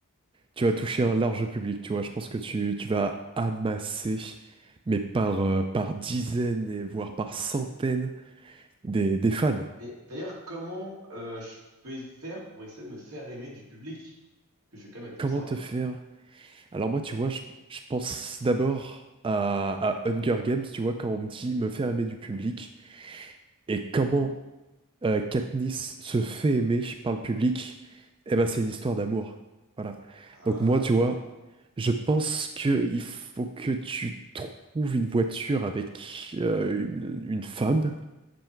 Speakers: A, on the right; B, on the right.
A: tu vas toucher un large public, tu vois. Je pense que tu, tu vas amasser, mais par, euh, par dizaines et voire par centaines des, des fans.
B: Mais d'ailleurs, comment euh, je peux faire pour essayer de me faire aimer du public? Que je vais quand même être
A: Comment
B: observé.
A: te faire? Alors moi, tu vois, je, je pense d'abord à, à Hunger Games, tu vois, quand on me dit me faire aimer du public et comment euh, Katniss se fait aimer par le public, eh ben c'est une histoire d'amour. Voilà.
B: Ah.
A: Donc moi, tu vois, je pense que il faut que tu trouves une voiture avec euh, une, une femme